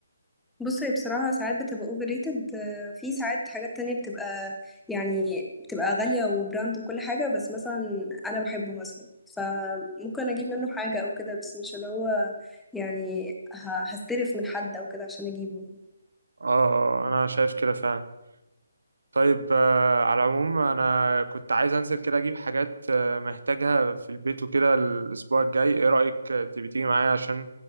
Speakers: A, in the centre; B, on the right.
A: بص هي بصراحة ساعات بتبقى اوفر ريتد في ساعات حاجات تانية بتبقى يعني بتبقى غالية وبراند وكل حاجة بس مثلا أنا بحبه مثلا فممكن أجيب منه حاجة أو كده بس مش اللي هو يعني ه- هستلف من حد أو كده عشان أجيبه
B: اه آه، آه، انا شايف كده فعلا طيب آه، على العموم انا كنت عايز انزل كده اجيب حاجات آه، محتاجها في البيت وكده الاسبوع الجاي ايه رأيك آه، تبي تيجي معايا عشان